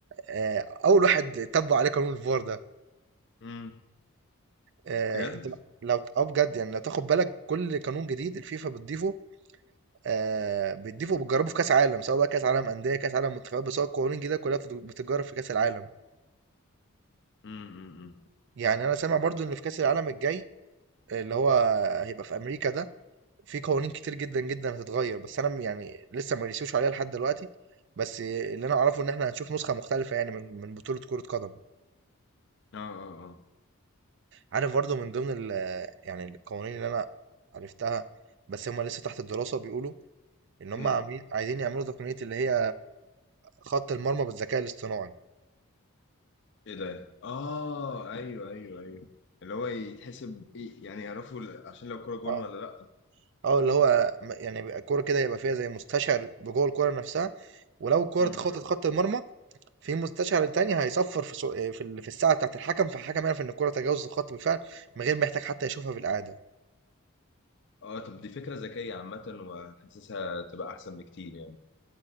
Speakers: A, on the right; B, on the left.
A: آه، اول واحد طبق عليه قانون الفار ده
B: امم
A: آه،
B: بجد
A: انت لو اه بجد يعني لو تاخد بالك كل قانون جديد الفيفا بتضيفه آه بتضيفه وبتجربه في كاس عالم سواء بقى كاس عالم انديه كاس عالم منتخبات بس هو القوانين الجديده كلها بتت- بتتجرب في كاس العالم
B: امم امم أمم.
A: يعني انا سامع برضو ان في كاس العالم الجاي آه، اللي هو هيبقى في امريكا ده في قوانين كتير جدا جدا هتتغير بس انا م- يعني لسه ما رسيوش عليها لحد دلوقتي بس اللي انا اعرفه ان احنا هنشوف نسخه مختلفه يعني من من بطوله كره قدم
B: اه اه
A: عارف برضو من ضمن ال- يعني القوانين اللي انا عرفتها بس هم لسه تحت الدراسه بيقولوا ان هم
B: اه
A: عاملين عايزين يعملوا تقنيه اللي هي خط المرمى بالذكاء الاصطناعي
B: ايه ده؟ اه ايوه ايوه ايوه اللي هو يتحسب ايه يعني يعرفوا ال- عشان لو كرة جون
A: اه
B: ولا لا
A: اه اللي هو م- يعني بيبقى الكوره كده يبقى فيها زي مستشعر بجوه الكوره نفسها ولو الكوره
B: امم
A: اتخطت خط المرمى في مستشعر تاني هيصفر في سو... في ال- في الساعه بتاعه الحكم فالحكم يعرف ان الكره تجاوزت الخط بالفعل من غير ما يحتاج حتى يشوفها بالاعاده
B: اه طب دي فكرة ذكية عامة وحاسسها تبقى احسن بكتير يعني